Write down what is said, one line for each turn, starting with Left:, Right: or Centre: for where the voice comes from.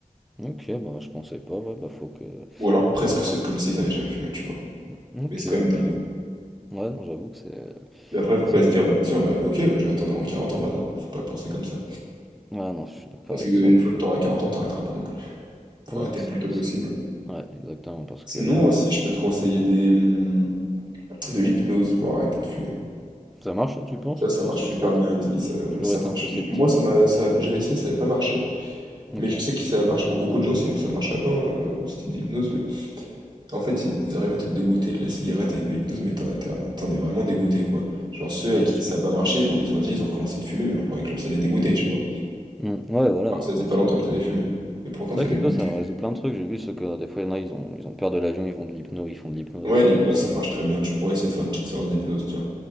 Centre: Ok, bah je pensais pas, ouais, bah faut que.
Right: Ou alors presque
Centre: Ça serait pas.
Right: c'est comme si tu n'avais jamais fumé, tu vois.
Centre: Ok,
Right: Mais c'est quand même
Centre: ok.
Right: dingue.
Centre: bah. Ouais, non, j'avoue que c'est
Right: Mais après, faut
Centre: c'est
Right: pas
Centre: dingue.
Right: se dire, bah
Centre: Ouais,
Right: tiens, bah ok, bah, je vais attendre avant 40 ans, bah non, faut pas penser comme ça.
Centre: Ouais, non, je suis d'accord
Right: Parce qu'une
Centre: avec toi, bah
Right: fois
Centre: faut.
Right: que t'auras auras 40 ans, t'arrêteras pas non plus.
Centre: Oui,
Right: Faut arrêter
Centre: non, c'est.
Right: le plus tôt possible.
Centre: c'est- Ouais, exactement, parce que
Right: Sinon
Centre: là. euh,
Right: aussi, je peux te conseiller des, hum, de l'hypnose pour arrêter de fumer.
Centre: Ça marche, ça, tu penses,
Right: Ça,
Centre: ou
Right: ça
Centre: pas?
Right: marche
Centre: Parce que
Right: super
Centre: tu vois,
Right: bien. ils- ils, euh,
Centre: Toujours
Right: ça
Centre: été
Right: marche.
Centre: un peu sceptique.
Right: Moi, ça m'a, ça- j'avais essayé, ça n'avait pas marché.
Centre: Ok.
Right: Mais je sais que
Centre: Ouais,
Right: ça marche pour beaucoup de gens, sinon ça marcherait pas, hein, euh, ce type d'hypnose. Mais en fait, ils arrivent à te dégoûter de la cigarette avec de l'hypnose, mais t'en t'en- t'en es vraiment dégoûté, quoi. Genre ceux
Centre: genre,
Right: à qui
Centre: tu
Right: ça
Centre: peux...
Right: n'a pas marché, bon, ils ont dit, ils ont recommencé de fumer, mais leur premier clope, ça les dégoûtait, tu vois.
Centre: Hmm, Ouais, voilà.
Right: Alors que ça faisait
Centre: ouais,
Right: pas
Centre: c'est
Right: longtemps qu'ils avaient fumé. Mais pourtant,
Centre: c'est
Right: ça
Centre: vrai
Right: les
Centre: que l'hypnose,
Right: dégoûtait.
Centre: ça résout plein de trucs. J'ai vu ce que des fois, il y en a, ils ont, ils ont peur de l'avion, ils vont de l'hypno, ils font de l'hypnose,
Right: Ouais,
Centre: des trucs
Right: l'hypnose,
Centre: comme ça.
Right: ça marche très bien. Tu pourrais essayer de faire une petite séance d'hypnose, tiens.